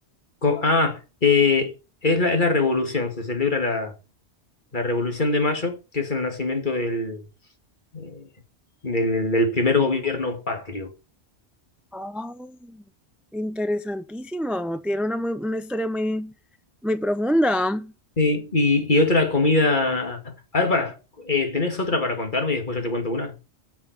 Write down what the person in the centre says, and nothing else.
Oh, interesantísimo. Tiene una, muy- una historia muy, muy profunda.